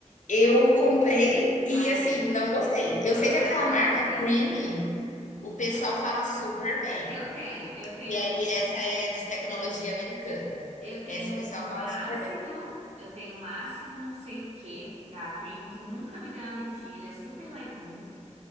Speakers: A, on the left (about 80°); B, on the right (about 60°).
A: Eu
B: Eu,
A: comprei e,
B: ai,
A: assim,
B: gente,
A: não
B: desculpa,
A: gostei. Eu sei
B: mas
A: que aquela
B: não
A: marca
B: gostei.
A: Creamy, o pessoal fala super bem.
B: Eu tenho, eu tenho,
A: E aí, essa é de tecnologia americana.
B: eu tenho
A: Essa o
B: um
A: pessoal fala
B: ácido,
A: super bem.
B: eu tenho um ácido não sei o que da Cream que nunca me deu alergia, ele é super levinho.